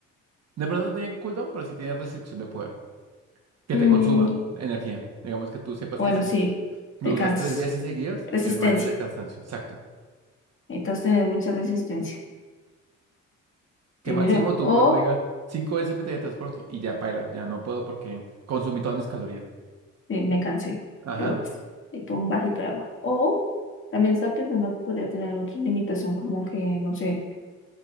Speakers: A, on the right (about 55°); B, on the left (about 45°).
A: De pronto no tienen cooldown, pero sí tienen restricción de poder. Que
B: Mm,
A: te consuma energía. Digamos que tú sepas
B: bueno,
A: que si
B: sí,
A: lo
B: te
A: usas
B: cansas.
A: tres veces seguidas,
B: Resistencia.
A: te desmayas del cansancio. Exacto.
B: Necesitas tener mucha resistencia,
A: Que
B: digo
A: máximo
B: yo.
A: tu
B: O
A: cuerpo diga cinco veces me teletransporto y ya pailas. Ya no puedo porque consumí todas mis calorías.
B: Sí, me cansé.
A: Ajá.
B: Digo, y con un vasito de agua. O también estaba pensando que podría tener otra limitación, como que, no sé,